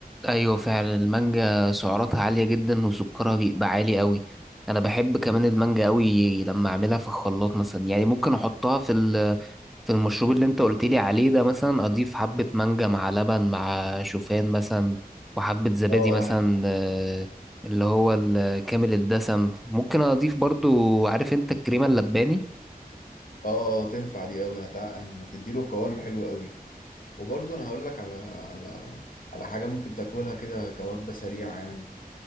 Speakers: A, in the centre; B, on the left.
A: ايوه فعلا المانجا سعراتها عالية جدا وسكرها بيبقى عالي قوي انا بحب كمان المانجا قوي لما اعملها في الخلاط مثلا يعني ممكن احطها في ال- في المشروب اللي انت قلت لي عليه ده مثلا اضيف حبة مانجا مع لبن مع شوفان مثلا وحبة زبادي
B: اه اه
A: مثلا
B: هي-
A: آه، اللي هو ال- كامل الدسم ممكن اضيف برضو عارف انت الكريمة اللباني
B: اه اه تنفع دي قوي هتع... يعني هتديله قوام حلو قوي وبرضه انا هقول لك على على على حاجة ممكن تاكلها كده كوجبة سريعة يعني